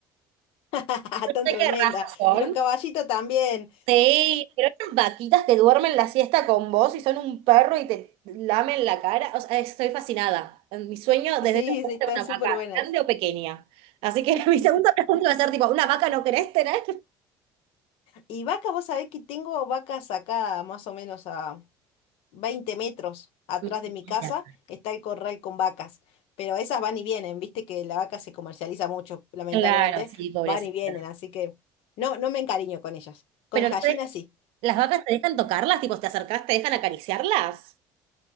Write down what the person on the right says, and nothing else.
No
sé
qué raza son.
Sí, pero estas vaquitas que duermen la siesta con vos y son un perro y te lamen la cara. O sea, estoy fascinada. Mi sueño desde
que
era una
vaca,
grande o pequeña. Así que <laughs> mi segunda pregunta va a ser tipo, ¿una vaca no querés tener?
Mentira.
Claro, sí, pobrecita.
Pero
no
te-
las vacas te dejan tocarlas, tipo, te acercás, te dejan acariciarlas.